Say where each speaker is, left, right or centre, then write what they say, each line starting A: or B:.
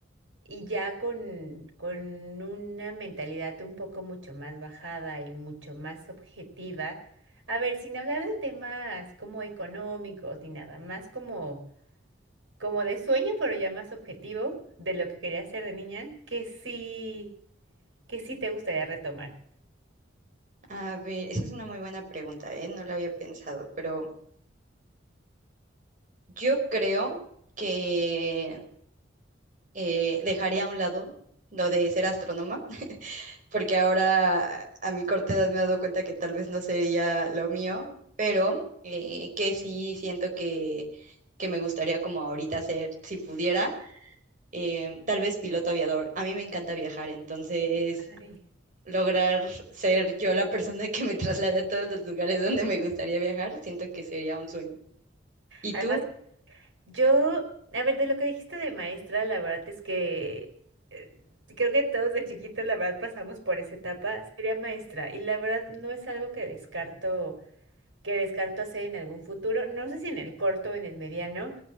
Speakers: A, on the right; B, on the right.
A: y ya con, con una mentalidad un poco mucho más bajada y mucho más objetiva, a ver, sin hablar de temas como económicos ni nada, más como, como de sueño, pero ya más objetivo de lo que querías hacer de niña, que sí, que sí te gustaría retomar.
B: A ver, esa es una muy buena pregunta, ¿eh? No la había pensado, pero yo creo que eh, dejaría a un lado lo de ser astrónoma, <laughs> porque ahora a mi corta edad me he dado cuenta que tal vez no sería lo mío, pero eh, que sí siento que, que me gustaría como ahorita ser, si pudiera, eh, tal vez piloto aviador. A mí me encanta viajar, entonces
A: Qué padre.
B: lograr ser yo la persona que me traslade a todos los lugares donde me gustaría viajar, siento que sería un sueño. ¿Y
A: Además
B: tú
A: Yo, a ver, de lo que dijiste de maestra, la verdad es que eh, creo que todos de chiquitos, la verdad, pasamos por esa etapa, sería maestra. Y la verdad no es algo que descarto, que descarto hacer en algún futuro, no sé si en el corto o en el mediano,